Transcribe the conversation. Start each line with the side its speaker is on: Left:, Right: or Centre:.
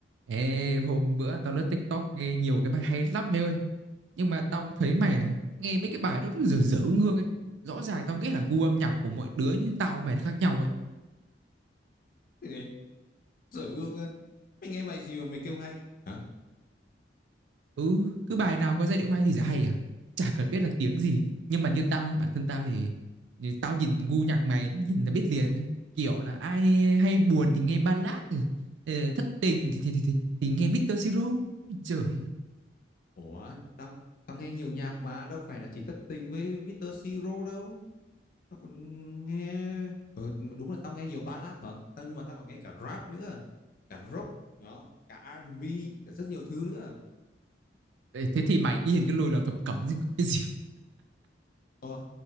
Right: Ê, hôm bữa tao lướt TikTok nghe nhiều cái bài hay lắm mày ơi. Nhưng mà tao cũng thấy mày này, nghe mấy cái bài nó cứ dở dở ngương ấy. Rõ ràng tao nghĩ là gu âm nhạc của mỗi đứa như tao mày là khác nhau ấy.
Left: Ê, Dở ương á. Mày nghe bài gì mà mày kêu hay? Hả?
Right: Ừ, cứ bài nào có giai điệu hay thì chả hay à. Chả cần biết là tiếng gì. Nhưng mà như tao, như bản thân tao thì, thì tao nhìn gu nhạc mày, nhìn là biết liền. ấy. Kiểu là ai hay buồn thì nghe ballad, ờ, thất tình thì, thì, thì, thì, thì nghe Mr. Siro. Trời ơi.
Left: Ủa, tao tao nghe nhiều nhạc mà đâu phải là chỉ thất tình với Mr. Siro đâu. Tao còn nghe ừ, đúng là tao nghe nhiều ballad thật, tao nhưng mà tao còn nghe cả rap nữa, cả rock, đó, cả R&B, cả rất nhiều thứ nữa.
Right: Thế thế thì mày yên cái lùi là thập cẩm gì, cái gì
Left: Ủa,